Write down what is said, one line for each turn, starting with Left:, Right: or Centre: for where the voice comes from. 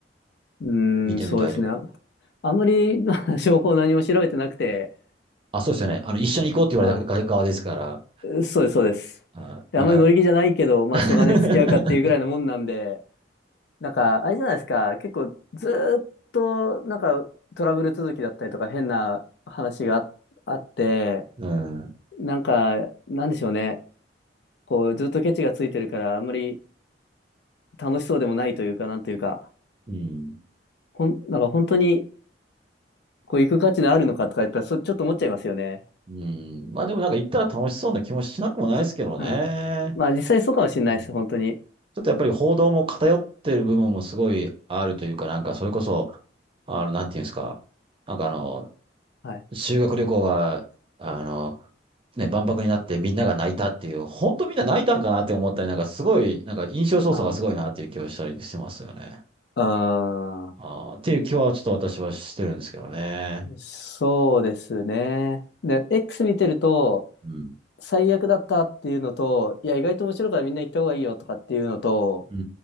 Left: ーん、
Right: 見てみたいとか。
Left: そうですね。あ、あんまり、まあ情報何も調べてなくて、
Right: あ、そうですよね。あの、一緒に行こうって言われたから側ですから。
Left: あそうです、そうです。
Right: あ、
Left: であんまり乗り気じゃないけど、
Right: なんか
Left: まあ、
Right: <laughs>
Left: しょうがねえ、付き合うかっていうぐらいのもんなんで、なんか、あれじゃないですか、結構、ずーっと、なんか、トラブル続きだったりとか、変な話があ、あって、
Right: うん。
Left: なんか、なんでしょうね、こう、ずっとケチがついてるから、あんまり楽しそうでもないというか、なんというか、
Right: うん。
Left: ほん、なんか本当に、こう、行く価値のあるのかとか言ったら、そ、ちょっと思っちゃいますよね。
Right: うん。まあでもなんか行ったら楽しそうな気もしなくもないですけどね。
Left: うん。まあ、実際そうかもしれないです、
Right: うん
Left: 本当に。
Right: ちょっとやっぱり報道も偏ってる部分もすごいあるというか、なんかそれこそ、あの、なんていうんですか、なんかあの、
Left: はい。
Right: 修学旅行が、あの、ね、万博になってみんなが泣いたっていう、本当みんな泣いたんかなって思ったり、なんかすごい、なんか印象操作がすごいなっていう気はしたりしてますよね。
Left: ああ。ああ。
Right: あーっていう気はちょっと私はしてるんですけどね。
Left: そうですね。で、X 見てると、
Right: うん。
Left: 最悪だったっていうのと、いや、意外と面白いからみんな行った方がいいよとかっていうのと、
Right: うー